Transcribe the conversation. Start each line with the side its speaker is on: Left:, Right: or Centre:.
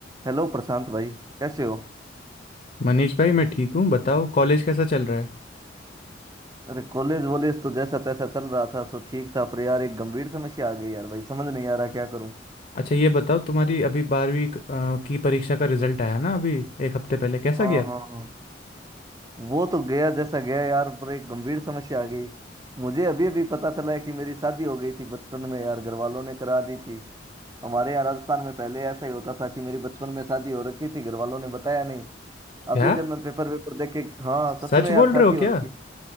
Right: Hello Prashant भाई कैसे हो
Left: मनीष भाई मैं ठीक हूँ बताओ कॉलेज कैसा चल रहा है
Right: अरे कॉलेज वॉलेज तो जैसा तैसा चल रहा था सो ठीक था पर यार एक गंभीर समस्या आ गई यार भाई समझ नहीं आ रहा क्या करूं
Left: अच्छा ये बताओ तुम्हारी अभी बारहवीं क- अ, की परीक्षा का रिजल्ट आया ना अभी एक हफ्ते पहले कैसा
Right: हाँ
Left: गया
Right: हाँ हाँ वो तो गया जैसा गया यार पर एक गंभीर समस्या आ गई मुझे अभी अभी पता चला है कि मेरी शादी हो गई थी बचपन में यार घर वालों ने करा दी थी हमारे यहाँ राजस्थान में पहले ऐसा ही होता था कि मेरी बचपन में शादी हो रखी थी घर वालों ने बताया नहीं
Left: क्या
Right: अभी जब मैं पेपर वेपर देख के हाँ सच
Left: सच
Right: में
Left: बोल
Right: यार शादी
Left: रहे हो
Right: हो
Left: क्या
Right: रखी